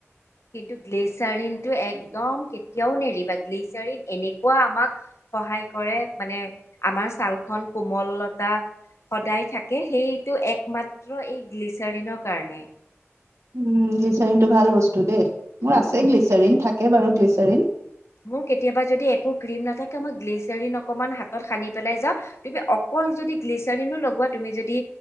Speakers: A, on the left; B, on the right.
A: কিন্তু গ্লেচাৰিনটো একদম কেতিয়াও নেৰিবা গ্লেচাৰিন এনেকুৱা আমাক সহায় কৰে মানে আমাৰ চালখন কোমলতা সদায় থাকে সেইটো একমাত্ৰ এই গ্লিচাৰিনৰ কাৰণে
B: উম গ্লিচাৰিন টো ভাল বস্তু দেই
A: উম,
B: মোৰ আছে গ্লিচাৰিন
A: গ্লিচ
B: থাকে বাৰু গ্লিচাৰিন
A: মোৰ কেতিয়াবা যদি একো ক্ৰীম নাথাকে মই গ্লিচাৰিন অকমান হাতত সানি পেলাই যাওঁ তুমি অকল যদি গ্লিচাৰিনো লগোৱা তুমি যদি